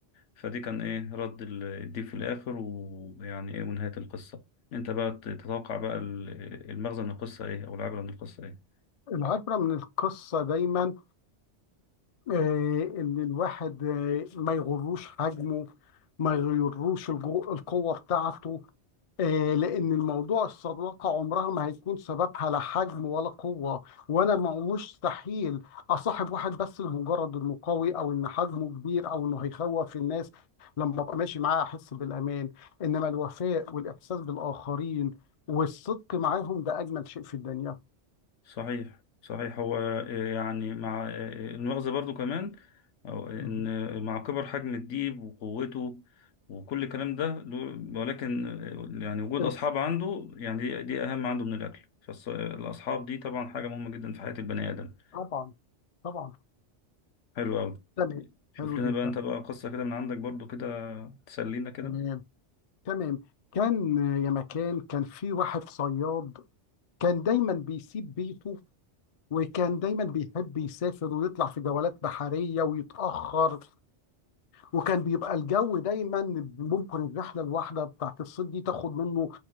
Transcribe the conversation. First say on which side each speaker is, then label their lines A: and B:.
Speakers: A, on the left; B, on the left.
A: فدي كان ايه رد ال- الديب في الاخر ويعني ايه ونهاية القصة انت بقى تتوقع بقى ال- المغزى من القصة ايه او العبرة من القصة ايه
B: العبرة من القصة دايما آه ان الواحد آه ما يغروش حجمه ما يغروش الجو- القوة بتاعته آه، لأن الموضوع الصداقة عمرها ما هيكون سببها لا حجم ولا قوة وأنا ما مستحيل أصاحب واحد بس لمجرد إنه قوي أو إن حجمه كبير أو إنه هيخوف الناس لما أبقى ماشي معاه أحس بالأمان إنما الوفاء والإحساس بالآخرين والصدق معاهم ده أجمل شيء في الدنيا <laughs>
A: صحيح صحيح هو آه، يعني مع آه، آه، المؤاخذة برضو كمان أو آه، إن
B: مهم.
A: آه، مع كبر حجم الديب وقوته وكل الكلام ده له- ولكن آه، يعني وجود
B: انس
A: أصحاب عنده يعني دي, دي أهم عنده من الأكل فالأصحاب دي طبعا حاجة مهمة جدا في حياة البني آدم
B: طبعا طبعا
A: حلو أوي
B: تمام
A: شوف
B: حلو
A: لنا
B: جدا
A: بقى أنت بقى قصة كده من عندك برضو كده تسلينا كده
B: تمام تمام كان آه، يا مكان كان في واحد صياد كان دايما بيسيب بيته وكان دايما بيحب يسافر ويطلع في جولات بحرية ويتأخر وكان بيبقى الجو دايما ممكن الرحلة الواحدة بتاعت الصيد دي تاخد منه